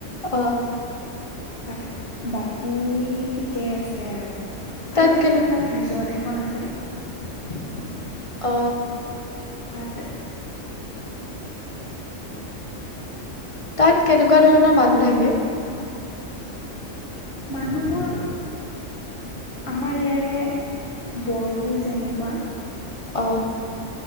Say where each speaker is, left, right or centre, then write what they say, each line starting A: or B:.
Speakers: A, on the left (about 25°); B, on the left (about 45°).
A: আহ
B: বাক বাকী ঠিকেই আছে আৰু
A: তাত
B: আৰু এখন
A: কেনে
B: তাত ৰিজৰ্ট এখন খন আছে
A: অ
B: তাত
A: তাত কেনেকুৱা ধৰণৰ মানুহ থাকে?
B: মানুহবোৰ আমাৰ ইয়াৰে বড়োবোৰ যেনেকুৱা
A: অ